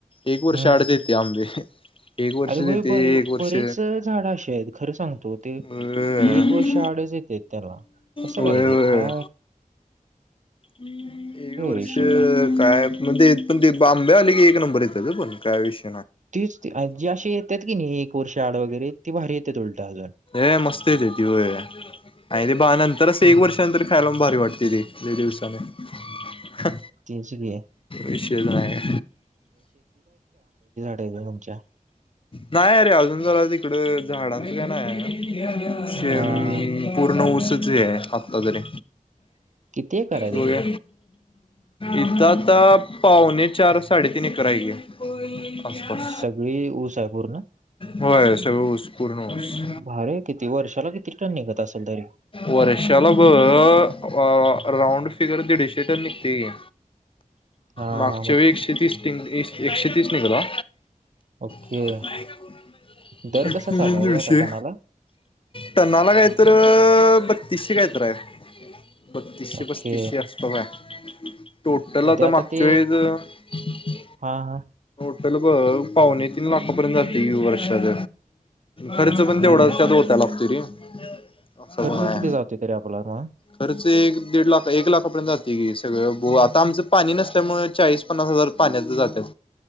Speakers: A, on the left; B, on the right.
A: एक वर्ष
B: हम्म
A: आड देते आंबे. एक वर्ष
B: अरे
A: देते
B: होय, बरे
A: एक वर्ष
B: बरेच झाड अशी हायत खरं सांगतो, ते
A: होय
B: की एक वर्ष आड येत्यात त्याला, कसं
A: होय
B: काय
A: होय.
B: रे? का
A: एक वर्ष
B: विषयला
A: काय म दे ते पण ते बाग आंबे आले की एक नंबर येत्यात पण काय विष
B: तीच ती जी अशी येत्यात की नाही, एक वर्ष आड वगैरे ती भारी येत्यात उलट. अजून
A: ए मस्त येत्याती व्हयं आणि ती बा नंतरच
B: हं,
A: एक वर्षानंतर खायलापणं भारी वाटत्याती. लई दिवसानं हा,
B: तेच की
A: विशेष हाय.
B: एकदा तुमच्या
A: नाही, अरे अजून जरा तिकड झाडांचं काय नाही हाय.
B: हा हा
A: पूर्ण ऊसच हे आत्ता तरी.
B: किती एकर आहे तरी
A: होय. इथं आता पावणे चार साडेतीन एकर हाय की. आसपास.
B: सगळी ऊस आहे पूर्ण न?
A: होय, सगळ ऊस पूर्ण ऊस.
B: भारी आहे किती वर्षाला किती टन निघत असेल तरी
A: वर्षाला बघ अ राऊंड फिगर दीडशे टन निघतंय की,
B: हा
A: मागच्या
B: मग
A: वेळी एकशे तीस तीन, एकशे तीस निघाला.
B: ओके
A: <inaudible>
B: दर कसा
A: दीडशे,
B: चालू आहे आता टनाला
A: टन्नाला काय तर बत्त त्तीसशे काय तर हाय. ब त्तीसशे
B: ओके
A: पस्तीसशे आसपास हाय. टोटल
B: मग
A: आता
B: ते
A: मागच्या
B: ते
A: वेळेस
B: हा हा
A: टो टलं बघ पावणे तीन लाखापर्यंत जातंय की वर्षाच. खर्च
B: ओके
A: पण तेवढाचं त्यात ओतायला लागतुयं रे. अस पण
B: खर्च
A: हाय.
B: किती जाते तरी आपला मग
A: खर्च एक दीड लाख, एक लाखापर्यंत जातंय की. सगळ, आता आमचं पाणी नसल्यामुळे चाळीस, पन्नास हजार पाण्यचं जात्यात.